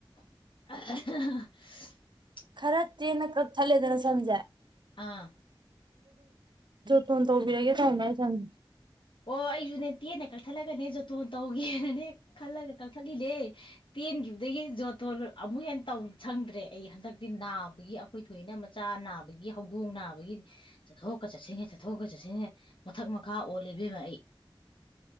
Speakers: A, on the left; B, on the right.
A: <unintelligible>
B: ꯈꯔ ꯇꯦꯟꯅ ꯀꯛꯊꯠꯂꯦꯗꯅ ꯁꯝꯖꯦ
A: ꯑꯥ
B: ꯇꯣꯡ ꯇꯧꯕꯤꯔꯒꯦ ꯇꯅ <unintelligible> ꯆꯪ <unintelligible>
A: ꯑꯣ ꯑꯩꯁꯨꯅꯦ ꯇꯦꯟꯅ ꯀꯛꯊꯠꯂꯒꯅꯦꯖꯇꯣꯟ ꯇꯧ ꯈꯜꯂꯒ ꯀꯛꯊꯠꯅꯤꯅꯦ ꯇꯦꯟꯈꯤꯕꯗꯒꯤ ꯖꯣꯠꯣꯠ ꯑꯃꯨꯛ ꯍꯦꯟꯅꯧ ꯁꯪꯗ꯭ꯔꯦ ꯑꯩ ꯍꯟꯗꯛꯇꯤ ꯅꯥꯕꯒꯤ ꯑꯩꯈꯣꯏ ꯊꯣꯏꯏꯅ ꯃꯆꯥ ꯅꯥꯕꯒꯤ ꯍꯧꯗꯣꯡ ꯅꯥꯕꯒꯤꯗꯤ ꯆꯠꯊꯣꯛꯀ ꯆꯠꯁꯤꯟꯒꯦ ꯆꯠꯊꯣꯛꯑ ꯆꯠꯁꯤꯟꯒꯦ ꯃꯊꯛ ꯃꯈꯥ ꯑꯣꯜꯂꯤ ꯏꯕꯦꯝꯃ ꯑꯩ